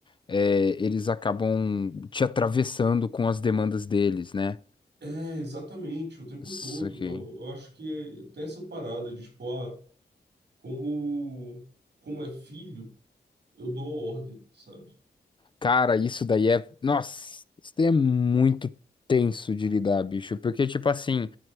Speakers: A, on the left; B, on the right.
A: é, eles acabam te atravessando com as demandas deles, né?
B: É, exatamente, o tempo
A: Isso
B: todo.
A: aqui.
B: Eu, eu acho que é, tem essa parada de, tipo, ah, como, como é filho, eu dou ordem, sabe?
A: Cara, isso daí é. Nossa, isso daí é muito tenso de lidar, bicho, porque, tipo assim.